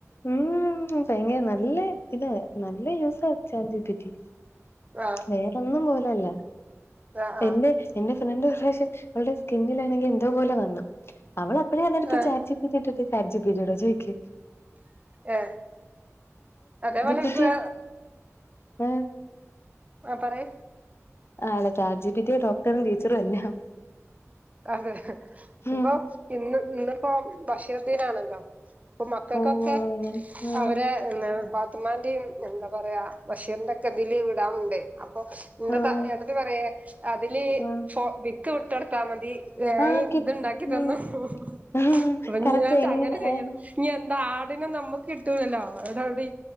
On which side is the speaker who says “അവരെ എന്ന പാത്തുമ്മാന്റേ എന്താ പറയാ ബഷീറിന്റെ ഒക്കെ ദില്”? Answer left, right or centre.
Right